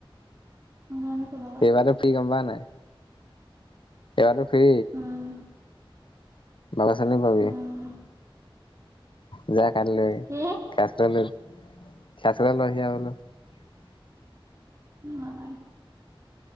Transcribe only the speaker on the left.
এইবাৰ তেওঁ ফ্ৰী গম পোৱা নাই? এইবাৰতো ফ্ৰী।
বাগা চানি পাবি।
যোৱা কালিলৈ
ক্লাচ লৈ। <unintelligible>